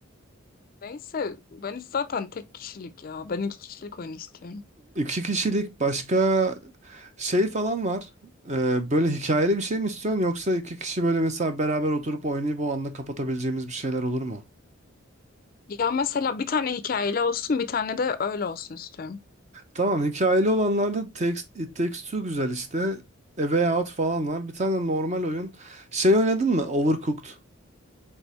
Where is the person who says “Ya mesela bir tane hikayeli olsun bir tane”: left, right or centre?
Left